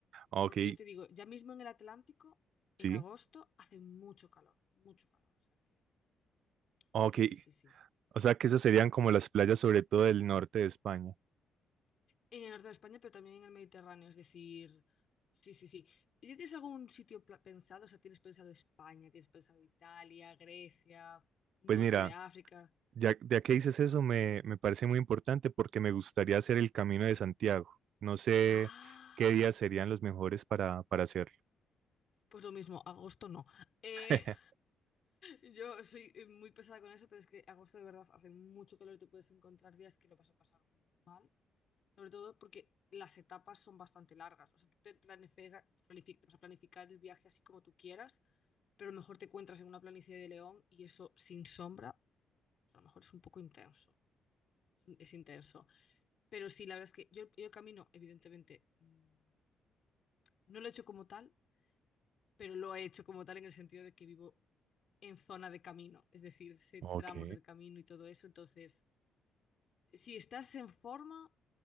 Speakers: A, on the right; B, on the left.
A: Ah,
B: porque
A: Ok,
B: ya te digo, ya mismo en el Atlántico, en
A: sí.
B: agosto hace mucho calor, mucho calor, o sea que
A: Ah,
B: sí,
A: Ok.
B: sí, sí, sí.
A: O sea que esas serían como las playas, sobre todo del norte de España.
B: En el norte de España, pero también en el Mediterráneo, es decir, sí, sí, sí. ¿Y ¿Ya tienes algún sitio pla- pensado? O sea, ¿tienes pensado España? ¿Tienes pensado Italia, Grecia, norte
A: Pues mira,
B: de África?
A: ya, ya que dices eso, me, me parece muy importante porque me gustaría hacer el Camino de Santiago. No sé
B: Ah,
A: qué días serían los mejores para, para hacerlo.
B: pues lo mismo, agosto no. Eh,
A: <laughs>
B: <laughs> Yo soy eh, muy pesada con eso, pero es que agosto de verdad hace mucho calor y te puedes encontrar días que lo vas a pasar muy mal. Sobre todo porque las etapas son bastante largas. O sea, tú te planifica- planifi- te vas a planificar el viaje así como tú quieras, pero a lo mejor te encuentras en una planicie de León y eso sin sombra, pues a lo mejor es un poco intenso. Es un- es intenso. Pero sí, la verdad es que yo, yo el camino, evidentemente, mm, no lo he hecho como tal, pero lo he hecho como tal en el sentido de que vivo en zona de camino, es decir, sé
A: Ok.
B: tramos del camino y todo eso. Entonces, si estás en forma,